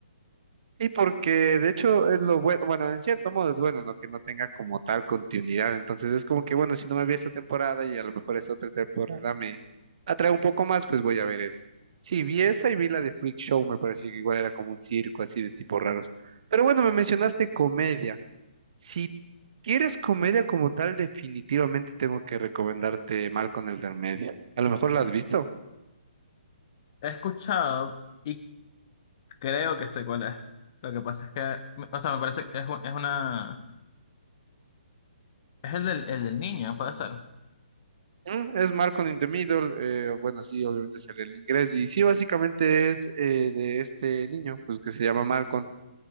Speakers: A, on the right; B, on the left.
A: Sí, porque de hecho es lo bueno, bueno, en cierto modo es bueno, ¿no? Que no tenga como tal continuidad. Entonces es como que, bueno, si no me vi esta temporada y a lo mejor esta otra temporada me atrae un poco más, pues voy a ver eso. Sí, vi esa y vi la de Freak Show, me pareció que igual era como un circo así de tipos raros. Pero bueno, me mencionaste comedia. Si quieres comedia como tal, definitivamente tengo que recomendarte Malcolm el del medio. A lo mejor la has visto.
B: He escuchado y creo que sé cuál es. Lo que pasa es que, o sea, me parece que es, un- es una... Es el del, el del niño, puede ser.
A: Mm, Es Malcolm in the Middle, eh, bueno, sí, obviamente es el inglés, y sí, básicamente es eh, de este niño, pues que se llama Malcolm,